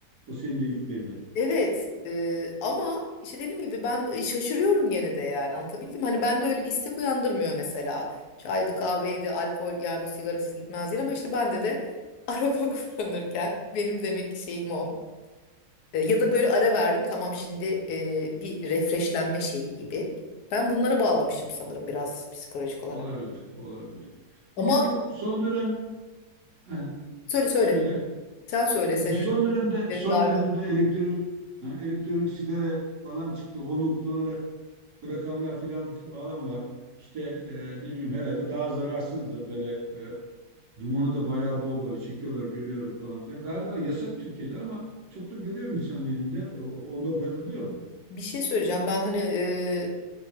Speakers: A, on the right; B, on the left.
A: O senin dediklerine.
B: Evet e, ama işte dediğim gibi ben e, şaşırıyorum gene de yani anlatabildim. mi? Hani ben de öyle bir istek uyandırmıyor mesela. Çaydı kahveydi alkol yani bu sigarasız gitmez değil ama işte bende de <laughs> araba kullanırken benim demek ki şeyim o. E, Ya da böyle ara verdim tamam şimdi e, bir refreshlenme şeyi gibi. Ben bunlara bağlamışım sanırım biraz psikolojik olarak.
A: Olabilir. Olabilir.
B: Ama
A: Bir de bu son dönem ha,
B: söyle söyle.
A: söyle.
B: Sen söyle senin
A: E bu son dönemde
B: fikirlerin
A: son
B: daha
A: dönemde
B: önemli.
A: elektronik ha, elektronik sigara falan çıktı. Onu kullanarak bırakanlar filan falan var. İşte e, ne bileyim herhalde daha zararsızdır böyle e, dumanı da bayağı bol böyle çekiyorlar görüyorum falan filan. Galiba yasak Türkiye'de ama çok da görüyorum insanın elinde. O- Onda bırakılıyor mu?
B: Bir şey söyleyeceğim. Ben hani e,